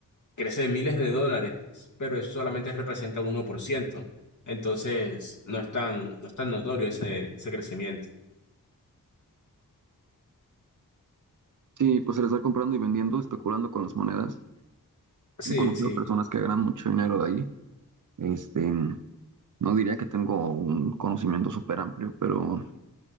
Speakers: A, on the left; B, on the right.
A: crece de miles de dólares, pero eso solamente representa un uno por ciento. Entonces no es tan, no es tan notorio ese, ese crecimiento.
B: Sí, pues el estar comprando y vendiendo, especulando con las monedas.
A: Sí,
B: He conocido
A: sí,
B: personas que ganan mucho dinero de ahí Este, no diría que tengo un conocimiento súper amplio, pero